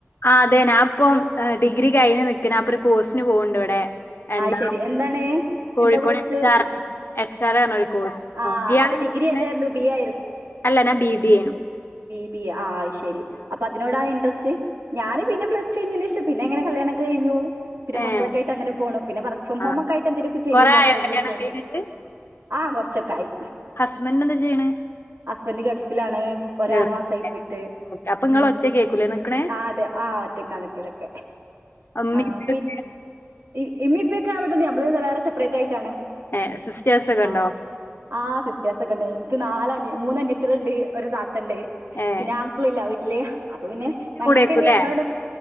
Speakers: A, on the left; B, on the right.
A: ആ അതെ ഞാ ഇപ്പം ഡിഗ്രി കഴിഞ് നിക്കാണ് ഇപ്പോ ഒരു കോഴ്സിന് പോണ് ഇണ്ട് ഇവിടെ എന്താ
B: അത് ശരി എന്താണ്
A: കോഴിക്കോട്
B: എന്താ കോഴ്സ്
A: എച്ച് ആറി എച്ച് എന്താ കോഴിക്കോട് ഇച് ആർ ഒരു കോഴ്സ്
B: ആ
A: അല്ല ഇയാൾ
B: അപ്പൊ
A: അതാ
B: ഡിഗ്രി
A: ചെയ്യണേ
B: ഏതായിരുന്നു ബി എ
A: അല്ല ഞാൻ ബി ബി എ ചെയ്യണേ
B: ബീബിയ ആഹ് അയ് ശരി അപ്പൊ അതിനോടാണ് ഇൻട്രസ്റ്റ് ഞാന് പിന്നെ പ്ലസ്റ്റു <unintelligible> പിന്നെങ്ങനെ കല്യാണം കഴ്ഞ്ഞു പിന്നെ
A: ഏഹ്
B: മക്കൾക്കായിട്ട് അങ്ങനെ പോ പിന്നെ വർക്ക് ഫ്രം ഹോം
A: ആഹ്
B: ഒക്കെയിട്ട് എന്തെലൊക്കെ ചെയ്യും
A: കൊറേ
B: വർക്കൊക്കെ
A: ആയോ കല്യാണം
B: കിട്ടിയാൽ
A: കഴിഞ്ഞിട്ട്
B: ആഹ് കൊറച്ചൊക്ക ആയി
A: ഹസ്ബൻഡ് എന്താ ചെയ്യണേ
B: ഹസ്ബൻന്റെ ഗൾഫിലാണ് ഒരു
A: ഗൾഫിലല്ലേ
B: ആറുമാസയി പോയിട്ട്
A: ഓക്കെ അപ്പൊ ഇങ്ങള്
B: മ്മ്
A: ഒറ്റക്കേക്കൂലേ നിക്കണേ
B: ആഹ് അതെ ആഹ് ഒറ്റയ്ക്കാണ് നിക്കലൊക്കെ
A: ഉമ്മേം
B: ആ
A: ഉപ്പേം
B: പിന്നെ
A: ഒക്കെ
B: ആ ഇമ്മിപ്പോ ഇക്ക വന്നിട്ട് ഇണ്ട് ആ നമ്മള് വേറെ സപ്രേറ്റ് ആയിട്ടാണ്
A: ഏഹ് സിസ്റ്റേഴ്സ് ഒക്കെ
B: ആഹ്
A: ഇണ്ടോ
B: സിസ്റ്റേഴ്സ് ഒക്കെ ഇണ്ട് ഇൻക്ക് മൂന്ന് അനിയത്തികള്ണ്ട് ഒരു താ ണ്ട്
A: ഏഹ്
B: പിന്നെആങ്ങളില്ല വീട്ടില് അപ്പൊ പിന്നെ
A: അവരൊക്കെ ഇന്റെ
B: ഞങ്ങൾക്ക്
A: കൂടെയേക്കൂല്ലേ
B: ഞങ്ങള